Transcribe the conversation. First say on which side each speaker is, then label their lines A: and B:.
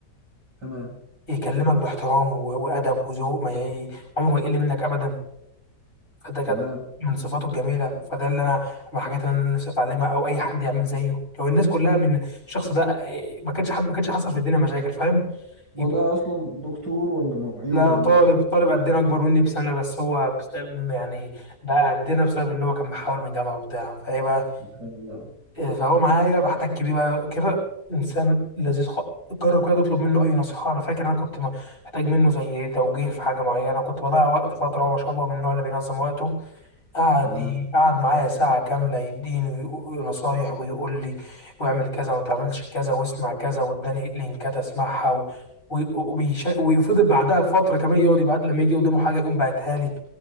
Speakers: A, on the right; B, on the left.
A: تمام
B: يكلمك باحترام و- وادب وذوق ما ي... عمره يقل منك ابدا فده كانت
A: تمام
B: من صفاته الجميله فده اللي انا من الحاجات اللي انا نفسي اتعلمها او اي حد يعمل زيه لو الناس كلها من الشخص ده إيه، ما كانش حد ما كانش حصل في الدنيا مشاكل فاهم يب-
A: هو ده اصلا دكتور ولا معيد
B: لا
A: ولا
B: طالب طالب قدنا اكبر مني بسنه بس هو بس- يعني بقى قدنا بسبب ان هو كان محاول من جامعه وبتاع فايه بقى
A: ما شاء الله
B: إيه، فهو معايا بحتك بيه بقى كده انسان لذيذ خالص جرب كده تطلب منه اي نصيحه انا فاكر انا كنت محتاج منه زي توجيه في حاجه معينه كنت بضيع وقت فتره وما شاء الله من النوع اللي بينظم وقته قعد
A: تمام
B: ي- قعد معايا ساعه كامله يديني ويقو- نصايح ويقول لي واعمل كذا وما تعملش كذا واسمع كذا واداني لينكات اسمعها و... و- وبيش... ويفضل بعدها فتره كمان يقعد يبعت لما يجي قدامه حاجه يقوم باعتها لي